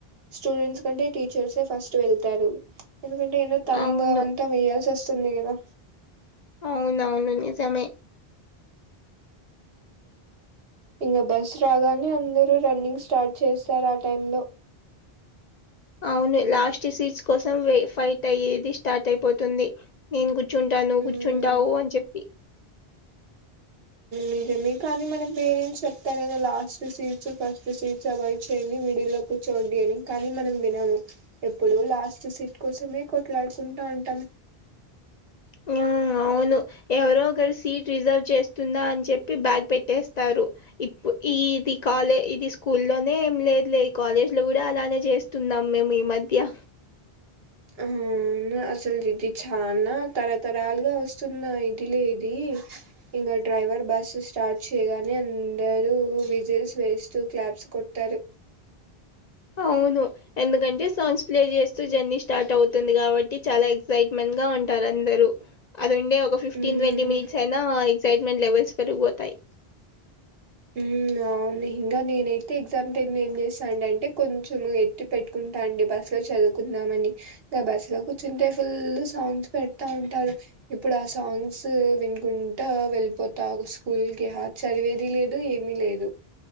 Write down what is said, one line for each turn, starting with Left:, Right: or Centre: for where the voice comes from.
Right: స్టూడెంట్స్ కంటే టీచర్స్ ఏ ఫస్ట్ వెళ్తారు ఎందుకంటే ఏందో తంబ్
Left: అవును
Right: అవంతా వేయాల్సి వస్తుంది కదా
Left: అవునవును నిజమే
Right: ఇంకా బస్ రాగానే అందరు రన్నింగ్ స్టార్ట్ చేస్తారు ఆ టైం లో
Left: అవును లాస్ట్ సీస్ కోసం ఫైట్ అయ్యేది స్టార్ట్ అయిపోతుంది నేను కూర్చుంటాను నువ్వు
Right: ఉమ్
Left: కూర్చుంటావు అని చెప్పి
Right: నిజమే కానీ మనం పేరెంట్స్ చెప్తారు కదా last seats first seats avoid చేయండి మిడిల్లో కూర్చోండి అని కానీ మనం వినము ఎప్పుడు లాస్ట్ సీట్ కోసమే కొట్లాడుకుంటా ఉంటాం
Left: హ్మ్ అవు అవును ఎవరో ఒకరు సీట్ రిజర్వ్ చేస్తుందా అని చెప్పి బ్యాగ్ పెట్టేస్తారు ఇప్పు ఈ ఇది కాలే ఇది స్కూల్ లోనే ఏం లేదులే కాలేజ్ లో కూడా అలానే చేస్త చేస్తున్నాం మేం ఈ మధ్య
Right: అవునా అసలు ఇది చానా తరతరాలుగా వస్తున్నా ఇదిలే ఇది ఇంకా డ్రైవర్ బస్ స్టార్ట్ చేయగానే అందరూ విజిల్స్ వేస్తూ క్లాప్స్ కొట్టారు
Left: అవును ఎందుకంటే సాంగ్స్ ప్లే చేస్తూ జర్నీ స్టార్ట్ అవుతుంది కాబట్టి చాలా ఎక్సైట్మెంట్ గా ఉంటారు అందరూ అదుండే ఒక ఫిఫ్టీన్
Right: మ్మ్
Left: ట్వంటీ మినిట్స్ అయినా ఎక్సైట్మెంట్ లెవెల్స్ పెరిగిపోతాయి
Right: హ్మ్ అవును ఇంక నేనైతే ఎగ్జామ్ టైమ్ లో ఏం చేస్తాంటి అంటే కొంచెం పెట్టుకుంటా అండి బస్సు లో చదువుకుందామని ఇంకా బస్సులో కూర్చుంటే ఫుల్ సాంగ్స్ పెడతా ఉంటారు ఇప్పుడు ఆ సాంగ్స్ వినుకుంటా వెళ్ళిపోతాం స్కూల్కి హా చదివేది లేదు ఏమీ లేదు